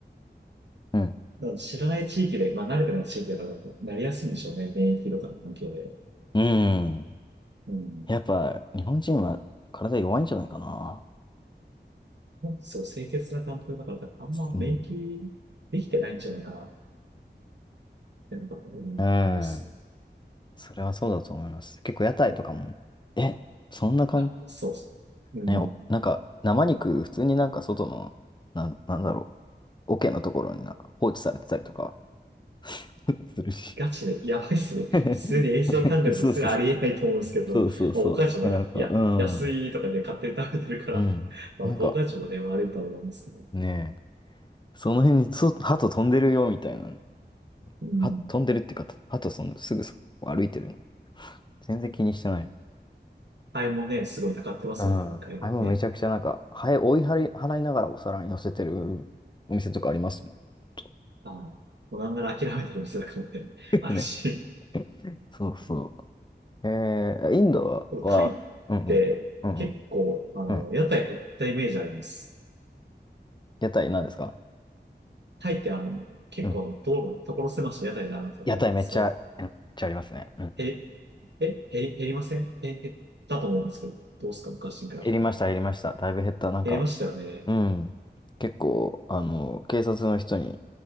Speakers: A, on the left; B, on the right.
A: うん。
B: う、なんか知らない地域で、まあ、慣れてない地域だから、なりやすいんでしょうね。免疫とかの環境で。
A: うーん。
B: うん。
A: やっぱ、日本人は体弱いんじゃないかな。
B: そう、清潔な環境だから、多分あんま免疫できてないんじゃないかなっ
A: うん。
B: て、なんか思うっすね
A: うん。それはそうだと思います。結構屋台とかも、え、そんな感
B: あ、そうっす。うん。
A: ね、おなんか生肉、普通になんか外の、なん、なんだろう、桶のところになんか放置されてたりとか <laughs> するし
B: ガチで、やばいっすね。
A: <laughs>
B: 普通に衛生感覚のすらありえないと思うんですけど、
A: そうそうそう。そうそうそう。
B: まあお母ちゃんもや、
A: なんか、
B: いや、
A: うん。
B: 安いとかで勝手に食べてるから、
A: うん。
B: <laughs> まあ、
A: なんか
B: お母ちゃんもね、悪いと思うんですけど。
A: ね、その辺にそ、鳩飛んでるよみたいな。
B: うん。
A: は、飛んでるっていうか、鳩そのすぐそこ歩いてるの。全然気にしてない。
B: ハエもね、すごい高ってますもんね、
A: うん。
B: 海外ね。
A: あれもめちゃくちゃなんか、ハエ追い払い、払いながらお皿に乗せてるお店とかありますね。<laughs>
B: はい。もうなんなら諦めてる店だもね、<laughs> あるし。
A: ね。そうそう。えー、インドは、
B: でもタイって結構、
A: うんうん、うん
B: あの、
A: うん、うん。
B: 屋台減ったイメージあります。
A: 屋台何ですか
B: タイってあの、結構道路、
A: うん。
B: 所狭しと屋台があるんだと思うんですよ。
A: 屋台めっちゃ、うんめっちゃありますね。うん。
B: 平え、減り、減りませんえ、減ったと思うんですけど、どうですか昔に比べて。
A: 減りました、減りました。だいぶ減った。なんか、
B: 減りましたよね。
A: うん。結構、あの、警察の人に、